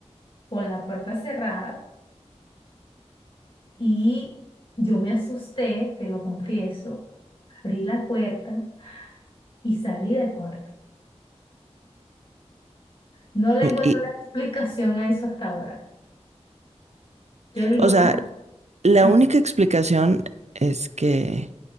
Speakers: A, on the left; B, on the right.
A: con la puerta cerrada Y yo me asusté, te lo confieso, abrí la puerta y salí del cuarto. No le encuentro
B: Y,
A: una explicación a eso hasta ahora. Yo dije,
B: o
A: bueno,
B: sea, la
A: <laughs>
B: única explicación es que